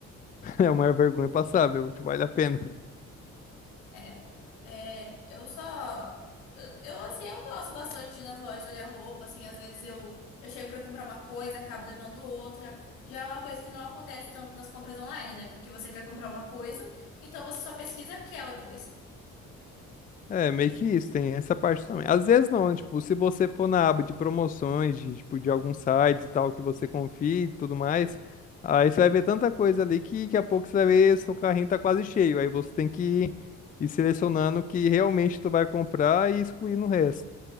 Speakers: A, on the left (about 20°); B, on the left (about 80°).
A: <laughs> É uma vergonha passável, tipo, vale a pena.
B: É, é, eu só. Eu, eu, assim, eu gosto bastante de ir nas lojas olhar roupa, assim, às vezes eu, eu chego pra comprar uma coisa, acabo levando outra. Já é uma coisa que não acontece tanto nas compras online, né? Porque você quer comprar uma coisa, então você só pesquisa aquela coisa.
A: É, meio que isso, tem essa parte também. Às vezes não, né? Tipo, se você for na aba de promoções, de, tipo, de alguns sites e tal, que você confie e tudo mais, aí você vai ver tanta coisa ali que daqui a pouco você vai ver seu carrinho tá quase cheio. Aí você tem que ir selecionando o que realmente tu vai comprar e excluindo o resto.